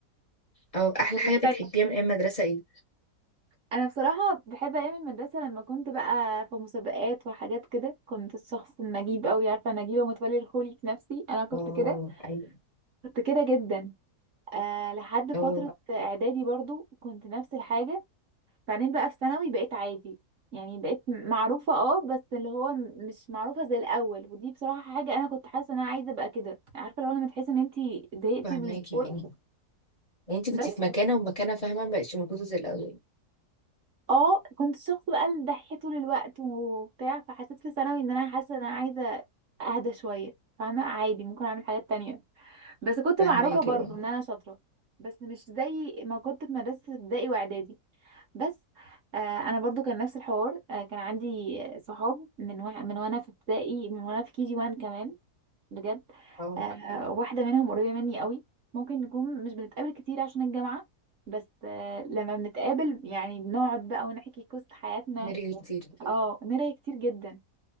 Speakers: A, on the left (about 20°); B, on the right (about 55°).
A: او احلى
B: مستني
A: حاجه بتحبيها من ايام المدرسه ايه
B: انا بصراحه بحب ايام المدرسه لما كنت بقى في مسابقات وحاجات كده كنت الشخص النجيب قوي عارفه نجيبه متولي الخولي في نفسي انا كنت
A: اه
B: كده
A: ايوه
B: كنت كده جدا آه لحد فتره
A: اه
B: اعدادي برضو كنت نفس الحاجه بعدين بقى في ثانوي بقيت عادي يعني بقيت م- معروفه اه بس اللي هو م- مش معروفه زي الاول ودي بصراحه حاجه انا كنت حاسه ان انا عايزه ابقى كده عارفه لو لما تحسي ان انتي زهقتي
A: فهماكي
B: من الذكور
A: اه. يعني انت كنت
B: بس
A: في مكانه ومكانه فاهمه ما بقتش موجوده زي الاول
B: اه كنت الشخص بقى الدحيح طول الوقت وبتاع فحسيت في ثانوي ان انا حاسه ان انا عايزه اهدى شويه فاهمه عادي ممكن اعمل حاجات تانية بس كنت
A: فهماكي
B: معروفه برضو
A: اه
B: ان انا شاطره بس مش زي ما كنت في مدرسه ابتدائي واعدادي بس آه انا برضو كان نفس الحوار آه كان عندي صحاب من وح... من وانا في ابتدائي من وانا في كي جي 1 كمان بجد
A: اه
B: آه واحدة منهم قريبة مني قوي ممكن نكون مش بنتقابل كتير عشان الجامعة بس آه لما بنتقابل يعني بنقعد بقى ونحكي قصة حياتنا
A: نرجع كتير
B: اه نرى كتير جدا